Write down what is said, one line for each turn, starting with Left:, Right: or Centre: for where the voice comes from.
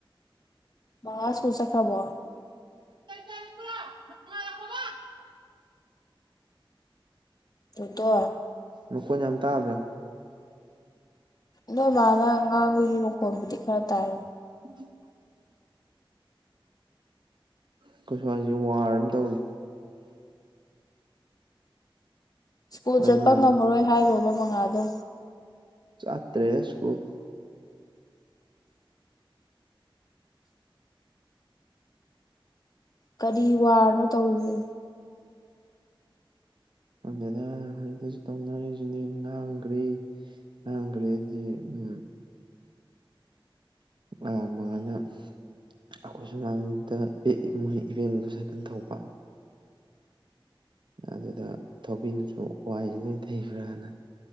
Left: ꯃꯥꯁ ꯏꯁꯈ꯭ꯔꯕꯣꯠ ꯆꯠꯈꯔꯕꯣ
Right: ꯎꯝ ꯀ <inaudible>
Left: ꯇꯗꯣꯇꯣꯗ
Right: ꯃꯈꯣꯟ ꯌꯥꯝ ꯇꯥꯕ꯭ꯔꯥ
Left: ꯅꯣꯏ ꯃꯥꯅ ꯉꯥꯡꯕꯒꯤ ꯃꯈꯣꯟꯕꯨꯗꯤ ꯈꯔ ꯇꯥꯏ
Right: ꯎꯝ ꯑꯩꯈꯣꯏ ꯁ꯭ꯋꯥꯏꯁꯦ ꯋꯥꯔ ꯑꯃ ꯇꯧꯔꯤ
Left: ꯁ꯭ꯀꯨꯜ ꯆꯠꯄ
Right: ꯑꯗꯨꯅꯅꯤ
Left: ꯉꯝꯃꯔꯣꯏ ꯍꯥꯏꯔꯣꯕ ꯃꯉꯥꯜꯗꯣ
Right: ꯆꯥꯠꯇ꯭ꯔꯦꯗ ꯁꯀꯨꯜ
Left: ꯀꯔꯤ ꯋꯥꯅꯣ ꯇꯧꯔꯤ
Right: ꯈꯪꯗꯦꯗ ꯍꯧꯖꯤꯛ ꯇꯧꯅꯔꯤꯁꯤꯅꯦ ꯉꯥꯡꯈ꯭ꯔꯔꯤ ꯉꯥꯡꯒ꯭ꯔꯦꯗꯤ ꯎꯝ ꯑ ꯃꯥꯉꯥꯜꯅ ꯑꯩꯈꯣꯏ ꯁꯨꯃꯥꯡꯗ ꯏ ꯏꯕꯦꯝ ꯑꯃꯗ ꯁꯥꯏꯀꯜ ꯊꯧꯕ ꯑꯗꯨꯗ ꯊꯧꯕꯤꯅꯁꯨ ꯋꯥꯏꯁ ꯂꯣꯏ ꯊꯩꯕ꯭ꯔꯥꯅ